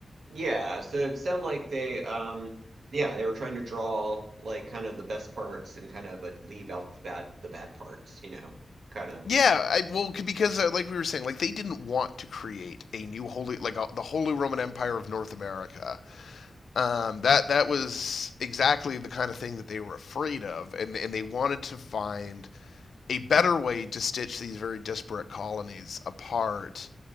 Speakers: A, on the right; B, on the left.
A: Yeah, so it sounded like they, um, yeah, they were trying to draw like kind of the best parts and kind of but leave out the bad the bad parts, you know, kind of.
B: Yeah, I, well, c- because uh, like we were saying, like they didn't want to create a new holy, like uh, the Holy Roman Empire of North America. Um, that that was exactly the kind of thing that they were afraid of, and and they wanted to find a better way to stitch these very disparate colonies apart.